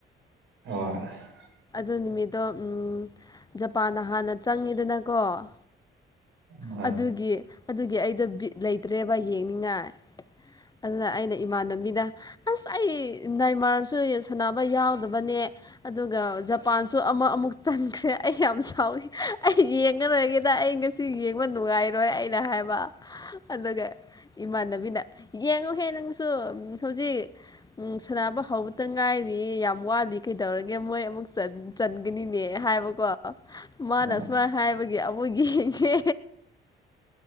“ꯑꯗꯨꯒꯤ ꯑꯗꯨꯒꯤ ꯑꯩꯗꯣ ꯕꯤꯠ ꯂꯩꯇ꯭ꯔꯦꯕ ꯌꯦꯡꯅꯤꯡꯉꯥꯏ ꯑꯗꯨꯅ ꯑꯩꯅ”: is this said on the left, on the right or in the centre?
Left